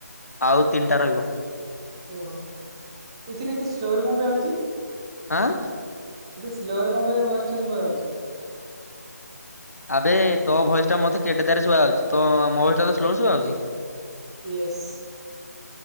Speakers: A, on the left; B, on the right.
A: ଆଉ ତିନିଟା ରହିବ।
B: ଓହୋ ଏଥିରେ ଏତେ ସ୍ଲୋରେ କଣ ପାଇଁ ଆଉଛି।
A: ଆଁ।
B: ଏଦେ ସ୍ଲୋ ରେ କଣ ପାଇଁ ଭଏସ ଟା ଶୁଭା ଯାଉଛି।
A: ଆବେ ତୋ ଭଏସ ଟା ମତେ କେଡେ ଦାର ଶୁଆ ହଉଛି ତ ମୋ ଏ ଟା ତ ସ୍ଲୋ ଶୁଭା ହଉଛି।
B: ୟେଶ।